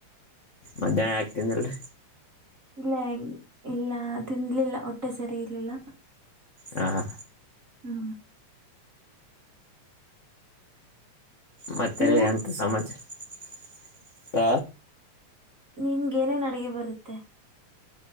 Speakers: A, on the left (about 40°); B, on the right (about 35°).
A: ಮಧ್ಯಾಹ್ನ ಯಾಕ್ ತಿಂದಿಲ್ರಿ.
B: ಇಲ್ಲ ಇಲ್ಲ ತಿನ್ಲಿಲ್ಲ ಹೊಟ್ಟೆ ಸರಿ ಇರ್ಲಿಲ್ಲ.
A: ಹಾ.
B: ಹ್ಮ್.
A: ಮತ್ತೇರಿ
B: ನೀವು
A: ಎಂಥ ಸಮಾಚರ
B: ನಿಮ್ಗೆ ಏನೇನ್ ಅಡಗೆ ಬರುತ್ತೆ.